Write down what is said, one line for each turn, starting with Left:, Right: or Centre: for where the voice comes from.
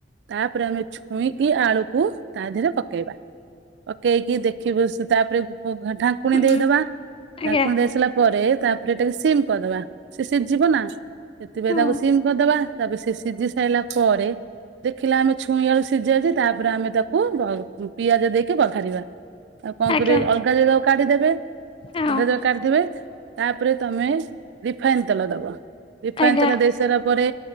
Right: ତାପରେ ଆମେ ଛୁଇଁକି ଆଳୁ କୁ ତା ଦେିହରେ ପକେଇବା ପକେଇକି ଦେଖିବୁ ତାପରେ ଢାଙ୍କୁଣି
Left: ହୁଁ
Right: ଦେଇଦବା
Left: ଆଜ୍ଞା
Right: ଡାଙ୍କୁଣି ଦେଇ ସାରିଲା ପରେ ତାପରେ ଟେ ସିମ୍ କରିଦବା ସିମ ସିଝ ଯିବ ନା ସେଥିପାଇଁ
Left: ହୁଁ
Right: ତାକୁ ସିମ କରିଦବା ତାପରେ ସେ ସିଝି ସାରିଲା ପରେ ଦେଖିଲା ଆମେ ଛୁଇଁ ଆେଳୁ ସିଝି ଯାଇଛି ତାପରେ ଆମେ ତାକୁ ପିଆଜ ଦେଇକି ପଖାରିବା ଆଉ କଣ
Left: ଆଜ୍ଞା
Right: କର ଅଲଗା ଜାଗାକୁ କାଢିଦେବେ
Left: ହଁ
Right: ଓଧେ ଦରକାରଥିବେ ତାପରେ ତମେ ରିଫାଇନ ତେଲ ଦବ ରିଫାଇନ
Left: ଆଜ୍ଞା
Right: ତେଲ ଦେଇ ସାରିଲା ପରେ